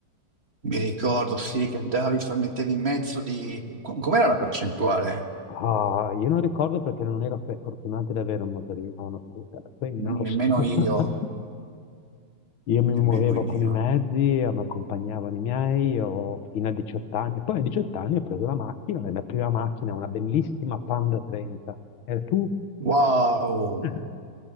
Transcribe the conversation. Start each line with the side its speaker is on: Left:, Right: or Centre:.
Right: mi ricordo, sì, che andavi, fa- mettevi in mezzo di... co- Com'era la percentuale?
Left: Ah, io non ricordo perché non ero per- fortunato ad avere un motorino o uno scooter, quindi non
Right: N-
Left: lo
Right: Nemmeno
Left: so. <laughs>
Right: io,
Left: Io mi muovevo
Right: nemmeno io.
Left: con i mezzi, eh, mi accompagnavano i miei, io fino a 18 anni. Poi a 18 anni ho preso la macchina, e la prima macchina, una bellissima Panda 30. E tu?
Right: Wow!
Left: <laughs>